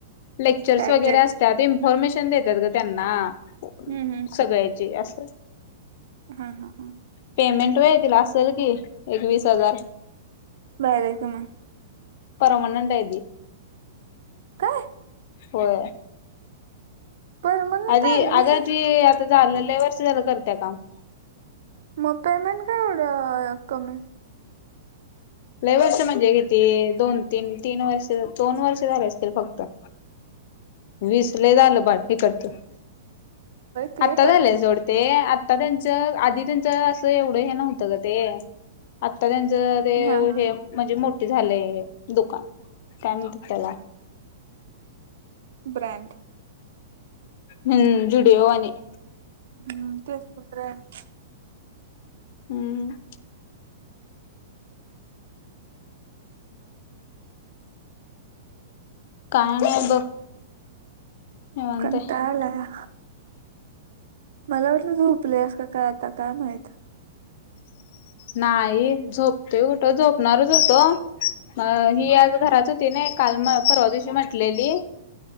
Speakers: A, on the left; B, on the right.
A: लेक्चर्स
B: टार्गेट
A: वगैरे असत्यात इन्फॉर्मेशन देतात गं त्यांना-
B: हम्म हम्म
A: सगळ्याची असं-
B: हां हां हां-
A: पेमेंट वय तिला असलं की एक वीसहजार-
B: भारीयें की मग.
A: परमनंट ती
B: काय
A: होय.
B: परमनंट
A: आधी
B: आणि विशेष
A: अग ती आता झालं लय वर्ष झालं करत्या काम-
B: मग पेमेंट काय एवढं कमी?
A: लय वर्ष म्हणजे किती दोन- तीन तीन वर्ष दोन वर्ष झाल असतील फक्त- वीस लय झालं बाळ हिकडच,
B: ते
A: आत्ता
B: पण
A: झालंय सोड- ते आता त्यांच आधी त्यांच असं एवढ हे नव्हतं ग ते आता त्यांच- जे
B: हा हा
A: हे म्हणजे मोठी झालेय दुकान काय म्हणत्यात त्याला-
B: ब्रँड-
A: हुं जुडओ वानी-
B: हुं तेच तर ब्रँड-
A: हुं- काय नाय बघ- निवांत
B: कंटाळा
A: आहे
B: आलाया- मला वाटलं झोपल्यास का काय आता काय माहित-
A: नाही, झोपत कुठं झोपणारच होतो- अं ही आज घरात होती ना काल म परवा दिवशी म्हंटलेली-